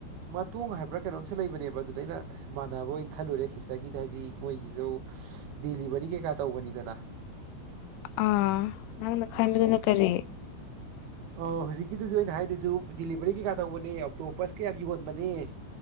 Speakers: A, on the right (about 75°); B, on the left (about 80°).
A: ꯃꯇꯣꯡ ꯍꯥꯏꯕ꯭ꯔꯥ ꯀꯩꯅꯣꯝꯁꯨ ꯂꯩꯕꯅꯦꯕ ꯑꯗꯨꯗ ꯑꯩꯅ ꯃꯥꯟꯅꯕ ꯑꯣꯏꯅ ꯈꯜꯂꯨꯔꯦ ꯁꯤꯁꯇꯔꯒꯤꯁ ꯍꯥꯏꯗꯤ ꯃꯣꯏꯒꯤꯁꯨ ꯗꯦꯂꯤꯚꯔꯤ ꯀꯩꯀꯥ ꯇꯧꯕꯅꯤꯗꯅ
B: ꯑ ꯅ ꯅ ꯈꯥꯏ ꯀꯔꯤ
A: ꯑꯣ ꯍꯧꯖꯤꯛꯀꯤꯗꯨꯖꯨ ꯑꯩꯅ ꯍꯥꯏꯗꯨꯖꯨ ꯗꯂꯤꯚꯔꯤ ꯀꯩ ꯀꯥ ꯇꯧꯕꯅꯦ ꯑꯣꯛꯇꯣꯄ ꯀꯌꯥꯝ ꯌꯣꯟꯕꯅꯦ